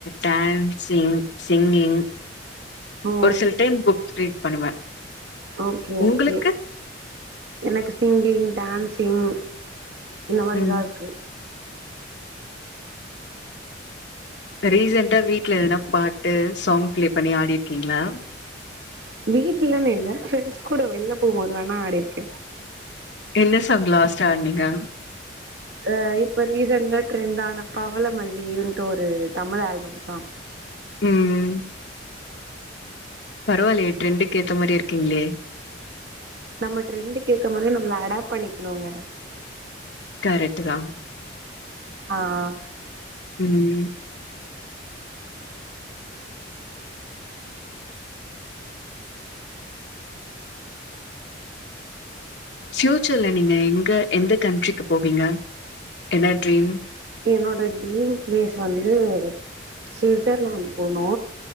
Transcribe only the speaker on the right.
ஓ
ஓகே
ஓகே எனக்கு சிங்கிங் டான்சிங் இந்த மாரிதா
இருக்கு
வீட்டு்ல்லன்னு இல்ல ஃப்ரெண்ட்ஸ் கூட வெளில போகும் போது வேணா ஆடிருக்கே
அ இப்ப ரீசெண்டா ட்ரெண்ட் ஆன பவளமல்லின்ட்டு ஒரு தமிழ் ஆல்பம் சாங்
நம்ம ட்ரெண்டுக்கு ஏத்த மாதரி நம்மள அடாப் பண்ணிக்கணுங்க
ஆ ஆ
என்னோட ட்ரீம் பிளேஸ் வந்து சுவிட்சர்லாண்ட் போனு